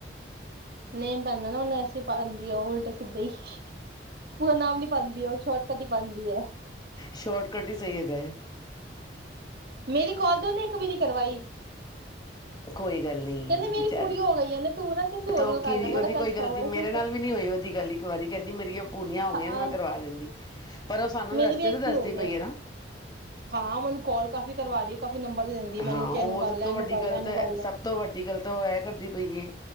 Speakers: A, on the right; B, on the left.
A: ਨੇਮ ਪੈਂਦਾ ਨਾ ਉਹਨੇ ਐਸੀ ਪਾਉਂਦੀ ਆ ਉਲਟ ਸਿੱਧੇ ਹੀ ਪੂਰਾ ਨਾਮ ਨੀ ਪਾਉਂਦੀ ਉਹ ਸ਼ੋਰਟਕਟ ਹੀ ਪਾਉਂਦੀ ਹੈ
B: ਸ਼ੋਰਟਕਟ ਹੀ ਸਹੀ ਹੈਗਾ ਹੈ <unintelligible>
A: ਮੇਰੀ ਕਾਲ ਤੇ ਉਹਨੇ ਇੱਕ ਵੀ ਨਹੀਂ ਕਰਵਾਈ
B: ਕੋਈ ਗੱਲ ਨਹੀਂ
A: ਕਹਿੰਦੇ ਮੇਰੀ
B: ਵਿਚਾਰੀ
A: ਪੂਰੀ ਹੋ ਗਈ ਹੈ ਨੇ ਤੂੰ ਨਾ ਕਿਸੇ ਹੋਰ
B: ਤਾਂ
A: ਨੂੰ
B: ਉਹ
A: ਕਰ
B: ਕੀ
A: ਲੈ ਮੈਂ
B: ਉਹਦੀ
A: ਕਿਹਾ ਚੱਲ
B: ਕੋਈ ਗਲਤੀ
A: ਛੋੜ
B: ਮੇਰੇ ਨਾਲ ਵੀ ਨਹੀਂੀ ਹੋਈ ਉਹਦੀ ਗੱਲ ਇੱਕ ਵਾਰੀ ਕਿੰ ਨੀ ਮੇਰੀਆ ਪੂਰੀਆਂ ਹੋ
A: ਹਾਂ
B: ਗਈਆਂ ਨੇ ਕਰਵਾ ਦਿੰਦੀ ਪਰ ਉਹ ਸਾਨੂੰ
A: ਮੇਰੀ
B: ਰਸਤੇ
A: ਵੀ ਇੱਕ
B: ' ਦੱਸਦੀ
A: ਹੀ ਹੋਈ
B: ਪਈ ਹੈ ਨਾ
A: ਹਾਂ, ਮੈਨੂੰ ਕਾਲ ਕਾਫੀ ਕਰਵਾ ਦਿਓ ਕਾਫੀ ਨੰਬਰ ਦੇ ਦਿੰਦੀ ਹੈ ਮੈਨੂੰ
B: ਹਾਂ,
A: ਕਿ
B: ਉਹ
A: ਇਹਨੂੰ ਕਰ
B: ਸਭ
A: ਲੈ
B: ਤੋਂ
A: ਇਹਨੂੰ
B: ਵੱਡੀ
A: ਕਰ
B: ਗੱਲ
A: ਲੈ ਇਹਨੂੰ
B: ਤਾਂ,
A: ਕਰ ਲੈ
B: ਸਭ ਤੋਂ ਵੱਡੀ ਗੱਲ ਤਾਂ, ਉਹ ਇਹ ਕਰਦੀ ਪਈ ਏ।